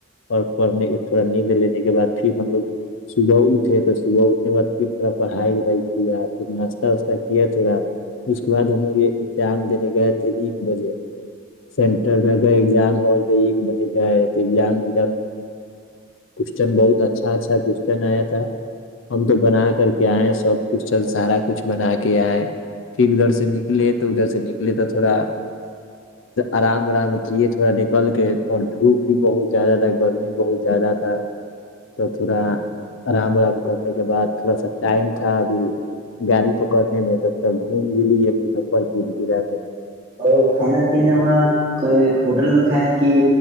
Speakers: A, on the left; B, on the right.
A: اور پڑھنے تھوڑا نیند لینے کے بعد پھر ہم لوگ صبح اٹھے تو صبح اٹھنے کے بعد پھر تھوڑا پڑھائی وڑائی کیا پھر ناشتہ واشہ کیا تھوڑا اس کے بعد ہم لوگ یہ ایگزام دینے گئے تھے ایک بجے <unintelligible> سینٹر میں گئے ایگزام ہال میں ایک بجے گئے <unintelligible> زامام کوشچن بہت اچھا اچھا کوچن آیا تھا ہم تو بنا کر کے آئے سب کون سارا کچھ بنا کے آئے پھر ادھر سے نکلے تو ادھر سے نکلے تو تھوڑا <unintelligible> آرام آرام کیے تھے <unintelligible> تھوڑا نکل کے اور دھوپ بھی بہت زیادہ تھا گرمی بہت زیادہ تھا تو تھوڑا آرام ورام کرنے کے بعد <unintelligible> تھوڑا سا ٹائم تھا <unintelligible> ا گاڑی تو کرنے میں ج تھا گھوم لی ہے مجفر پور جلع میں <unintelligible>
B: تو کھانا پینا وہاں ہوٹل میں کھائیں کہ